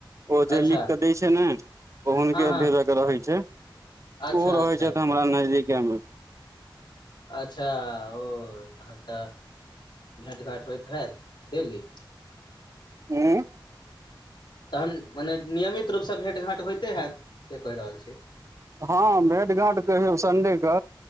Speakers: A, on the right; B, on the left.
A: ओ जे
B: अच्छा
A: लिख के दैय छै ने ओ हुनके
B: हँ हँ
A: भेजके रहै छै
B: अच्छा
A: ओहो रहै
B: अच्छा
A: छथि
B: अच्छा
A: हमरा नजदीके मे
B: अच्छा ओ तहन तऽ भेँट घाँट होइत हेत डेली
A: उं
B: तहन मने नियमित रूपसँ भेँट घाँट होइते हेत से कहि रहल छी
A: हँ भेट घाँट कहियौ संडे क